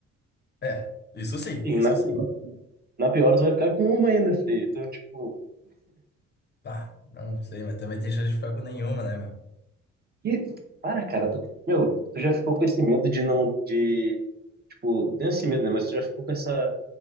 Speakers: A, on the left; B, on the right.
A: É, isso sim,
B: E
A: isso
B: na
A: sim.
B: pior, na pior tu vai ficar com uma ainda, Fê. Então, tipo,
A: Ah, não sei, mas também tem chance de ficar com nenhuma, né, meu?
B: que, para, cara, tu, meu, tu já ficou com esse medo de não, de, tipo, não esse medo, né, mas tu já ficou com essa